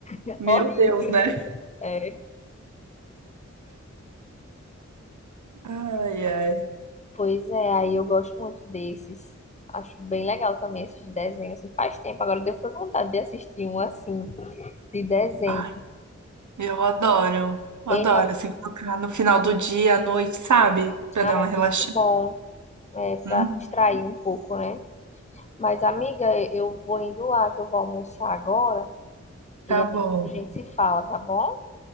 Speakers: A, on the left (about 25°); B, on the right (about 85°).
A: É
B: meu
A: Horrível.
B: Deus, né?
A: <laughs> É.
B: Ai, ai.
A: Pois é, aí eu gosto muito desses. Acho bem legal também esses desenhos. Assim, faz tempo, agora deu foi vontade de assistir um assim, de desenho.
B: Ai, eu adoro, eu
A: É,
B: adoro, assim, colocar no final do dia, à noite, sabe? Pra
A: ah,
B: dar uma
A: é
B: relaxada.
A: muito bom, é, para
B: Hum,
A: distrair um pouco, né? Mas, amiga, eu vou indo lá, que eu vou almoçar agora.
B: tá
A: E aí
B: bom,
A: a gente se fala, tá bom?